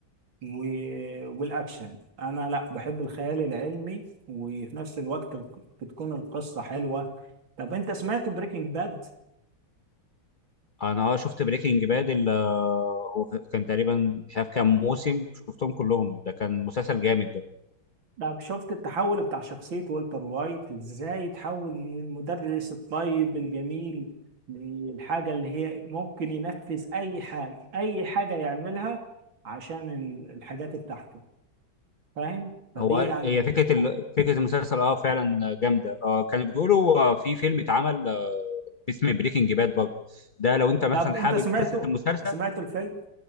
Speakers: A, on the right; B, on the left.
A: و... والاكشن انا لا بحب الخيال العلمي وفي نفس الوقت الق- بتكون القصه حلوه طب انت سمعت بريكنج باد
B: انا اه شفت بريكنج باد هو كان تقريبا مش عارف كام موسم شفتهم كلهم ده كان مسلسل جامد
A: طب شفت التحول بتاع شخصيه والتر وايت ازاي يتحول من المدرس الطيب الجميل للحاجه اللي هي ممكن ينفذ اي حاجه اي حاجه يعملها عشان ال- الحاجات بتاعته فاهم فدي
B: هو قال-
A: يعني
B: هي فكره ال... فكره المسلسل اه فعلا جامده اه كانوا بيقولوا آه، في فيلم اتعمل آه، اسمه بريكنج باد برضه ده لو انت مثلا
A: طب انت
B: حابب
A: سمعته
B: قصه المسلسل
A: سمعت الفيلم